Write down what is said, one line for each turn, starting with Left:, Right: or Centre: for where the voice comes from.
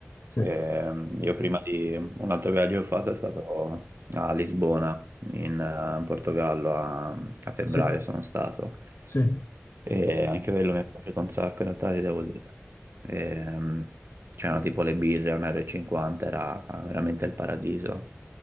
Left: sì,
Right: Ehm, io prima di un altro viaggio che ho fatto è stato a Lisbona, in, eh, Portogallo, a, a febbraio
Left: sì,
Right: sono stato.
Left: sì.
Right: E anche quello mi è piaciuto un sacco, in realtà ti devo dire. Ehm, c'erano tipo le birre a 1,50 euro, e cinquanta, era veramente il paradiso.